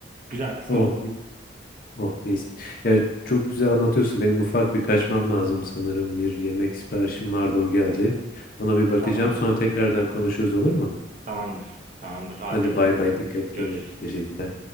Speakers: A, on the right; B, on the left.
A: Güzel kısmı
B: Oh.
A: bu.
B: Oh mis. Ya çok güzel anlatıyorsun. Benim ufak bir kaçmam lazım sanırım. Bir yemek siparişim vardı o geldi. Ona bir bakacağım.
A: Tamamdır.
B: Sonra tekrardan konuşuruz olur mu?
A: Tamamdır. Tamamdır. Afiyet
B: Hadi
A: olsun
B: bay
A: sana.
B: bay dikkat et kendine.
A: Görüşürüz.
B: Teşekkürler.